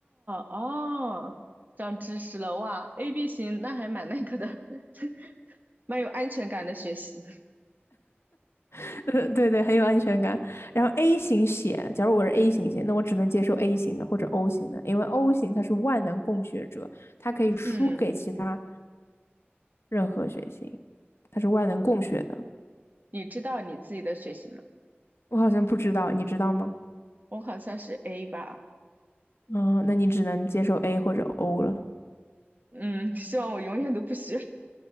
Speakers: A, on the right; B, on the left.
A: 哦，长知识了哇，AB 型那还蛮那个的，<laughs> 蛮有安全感的血型。
B: <laughs> 呃，对对，很有安全感。然后 A 型血，假如我是 A 型血，那我只能接受 A 型的或者 O 型的，因为 O 型它是万能供血者，它可以输给其他
A: 嗯，
B: 任何血型，它是万能供血的。
A: 你知道你自己的血型吗？
B: 我好像不知道，你知道吗？
A: 我好像是 A 吧。
B: 嗯，那你只能接受 A 或者 O 了。
A: 嗯，希望我永远都不学。